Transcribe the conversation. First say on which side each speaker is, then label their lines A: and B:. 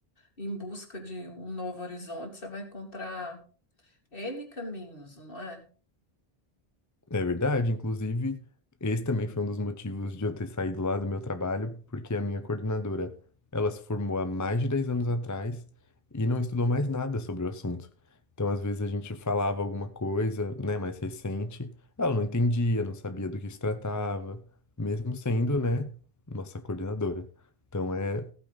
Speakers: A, on the left; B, on the left.
A: em busca de um novo horizonte, você vai encontrar N caminhos, não é?
B: É verdade, inclusive, esse também foi um dos motivos de eu ter saído lá do meu trabalho, porque a minha coordenadora, ela se formou há mais de 10 anos atrás e não estudou mais nada sobre o assunto. Então, às vezes a gente falava alguma coisa, né, mais recente, ela não entendia, não sabia do que se tratava, mesmo sendo, né, nossa coordenadora. Então é